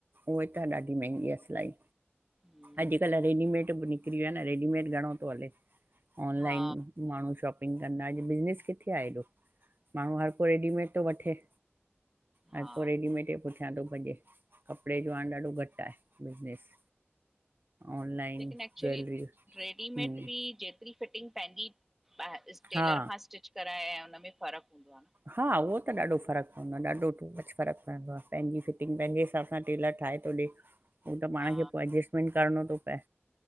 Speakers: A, on the right; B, in the centre.
A: उहे त ॾाढी महंगी आ सिलाई।
B: आहिनि
A: अॼुकल्ह रेडीमेड बि निकिरी वियो आ न, रेडीमेड घणो थो हले! ऑनलाइन
B: हा
A: माण्हू शॉपिंग कंदा, अॼु बिज़नेस किथे आ एॾो! माण्हू हर को रेडीमेड थो वठे।
B: हा
A: हर को रेडीमेट जे पुठियां थो भॼे, कपिड़े जो हाण ॾाढो घट आहे बिज़नेस। ऑनलाइन
B: लेकिन एक्चुली
A: ज्वैलरी
B: रेडीमेड
A: हम्म
B: बि जे हिकिरी फिटिंग पंहिंजीा टेलर
A: हा
B: खां स्टिच कराए ऐं हुनन में फ़र्क़ु हूंदो आ न।
A: हा उहो त ॾाढो फ़र्क़ु पवंदो आ, ॾाढोु फ़र्क़ु पवंदो आ, पंहिंजी फिटिंग पंहिंजे हिसाब सां टेलर ठाहे थो ॾे। हू त पाण
B: हा
A: खे पो एडजेस्टमेंट करणो थो पए,